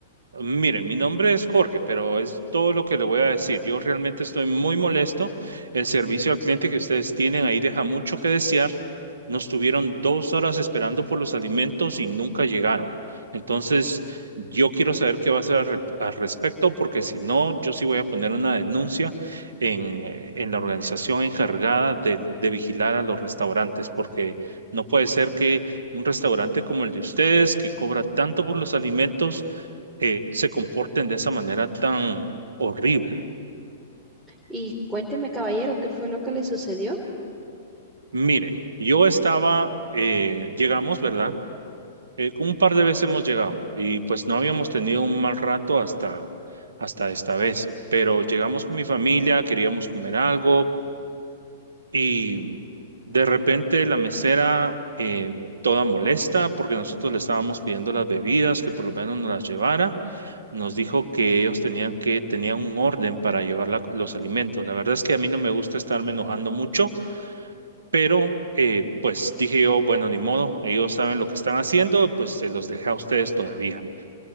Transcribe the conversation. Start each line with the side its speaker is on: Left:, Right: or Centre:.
Right: Mire, mi nombre es Jorge, pero es todo lo que le voy a decir. Yo realmente estoy muy molesto. El servicio al cliente que ustedes tienen ahí deja mucho que desear. Nos tuvieron dos horas esperando por los alimentos y nunca llegaron. Entonces, yo quiero saber qué va a hacer al, re- al respecto, porque si no, yo sí voy a poner una denuncia en, en la organización encargada de, de vigilar a los restaurantes, porque no puede ser que un restaurante como el de ustedes, que cobra tanto por los alimentos, eh, se comporten de esa manera tan horrible.
Centre: Y cuénteme, caballero, qué fue lo que le sucedió.
Right: Mire, yo estaba, eh, llegamos, ¿verdad? Eh, con un par de veces hemos llegado y pues no habíamos tenido un mal rato hasta, hasta esta vez, pero llegamos con mi familia, queríamos comer algo, Y de repente la mesera, eh, toda molesta, porque nosotros le estábamos pidiendo las bebidas, que por lo menos nos las llevara, nos dijo que ellos tenían que, tenían un orden para llevar la- los alimentos. La verdad es que a mí no me gusta estarme enojando mucho, pero eh, pues dije yo, bueno, ni modo, ellos saben lo que están haciendo, pues se los dejé a ustedes todavía.